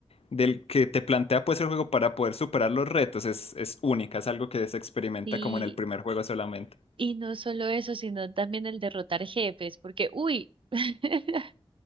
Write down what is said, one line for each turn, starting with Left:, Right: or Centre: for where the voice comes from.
Left: del que te plantea pues el juego para poder superar los retos es, es única, es algo que se experimenta
Right: Sí,
Left: como en el primer juego solamente.
Right: y no solo eso, sino también el derrotar jefes, porque, uy, <laughs>